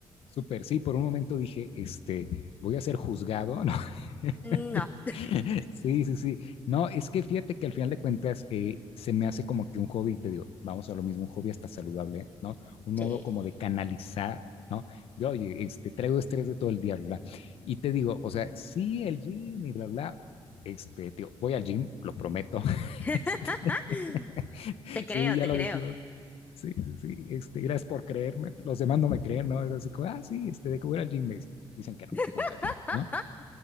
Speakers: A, on the left (about 85°); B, on the left (about 20°).
A: Súper, sí, por un momento dije, este, voy a ser juzgado, ¿no? <laughs>
B: No,
A: Sí, sí, sí. No, es que fíjate que al final de cuentas eh, se me hace como que un hobby, te digo, vamos a lo mismo, un hobby hasta saludable, ¿no? Un
B: sí.
A: modo como de canalizar, ¿no? De, oye, este, traigo estrés de todo el día, bla, bla. Y te digo, o sea, sí, el gym y bla, bla, este, te digo, voy al gym, lo prometo. <laughs>
B: <laughs>
A: Este, <laughs>
B: Te creo,
A: sí, ya
B: te
A: lo
B: creo.
A: dijimos, Sí, sí, sí. Este, gracias por creerme. Los demás no me creen, ¿no? Es así como, ah, sí, este, de que voy al gym, este, dicen que no,
B: <laughs>
A: no voy al gym, ¿no?